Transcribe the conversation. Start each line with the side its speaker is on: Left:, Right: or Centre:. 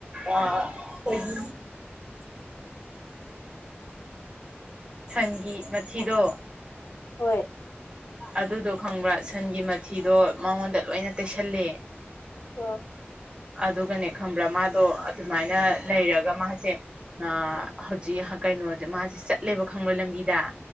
Right: ꯑꯥ ꯑꯈꯣꯏꯒꯤ
Left: <inaudible>
Right: ꯁꯟꯒꯤ ꯃꯊꯤꯗꯣ
Left: ꯍꯣꯏ
Right: ꯑꯗꯨꯗꯣ ꯈꯪꯕ꯭ꯔꯥ ꯁꯟꯒꯤ ꯃꯊꯤꯗꯣ ꯃꯉꯣꯟꯗ ꯂꯣꯏꯅ ꯇꯩꯁꯜꯂꯦ
Left: <unintelligible>
Right: ꯑꯗꯨꯒꯅꯦ ꯈꯪꯕ꯭ꯔꯥ ꯃꯥꯗꯣ ꯑꯗꯨꯃꯥꯏꯅ ꯂꯩꯔꯒ ꯃꯥꯖꯦ ꯑꯥ ꯍꯧꯖꯤꯛ ꯀꯩꯅꯣꯖꯦ ꯃꯥꯖꯦ ꯆꯠꯂꯦꯕ ꯈꯪꯕ꯭ꯔ ꯂꯝꯕꯤꯗ